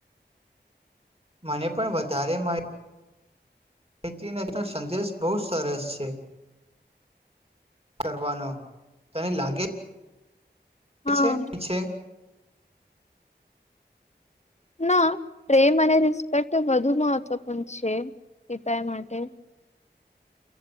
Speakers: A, on the right; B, on the left.
A: મને પણ વધારે માહિત એચનેચનો સંદેશ બહુ સરસ છે કરવાનો તને લાગે પ
B: હા
A: છે પીછે
B: ના પ્રેમ અને રિસ્પેક્ટ વધુ મહત્વપૂર્ણ છે પિતા એ માટે